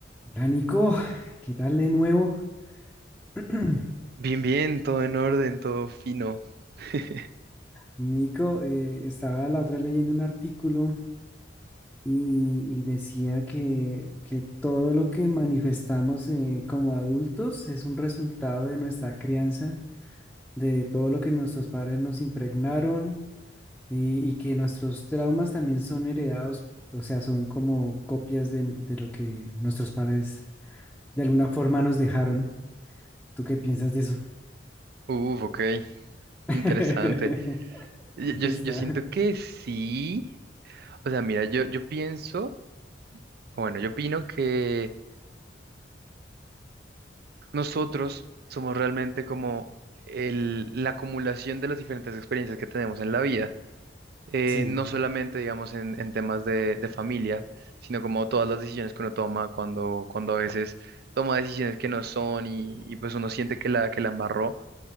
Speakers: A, in the centre; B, on the right (about 60°).
A: Hola Nico, ¿qué tal de nuevo? <clears throat>
B: Bien, bien, todo en orden, todo fino. <laughs>
A: Nico, eh, estaba la otra vez leyendo un artículo y, y decía que, que todo lo que manifestamos eh, como adultos es un resultado de nuestra crianza, de todo lo que nuestros padres nos impregnaron y, y que nuestros traumas también son heredados, o sea, son como copias de, de lo que nuestros padres de alguna forma nos dejaron. ¿Tú qué piensas de eso?
B: Uf, ok,
A: <laughs>
B: interesante. Y- Yo,
A: Está,
B: sí- yo siento que sí. O sea, mira, yo, yo pienso, o bueno, yo opino que nosotros somos realmente como el- la acumulación de las diferentes experiencias que tenemos en la vida. Eh,
A: sí,
B: no solamente, digamos, en, en temas de, de familia, sino como todas las decisiones que uno toma cuando, cuando a veces toma decisiones que no son y, y pues uno siente que la, que la embarró.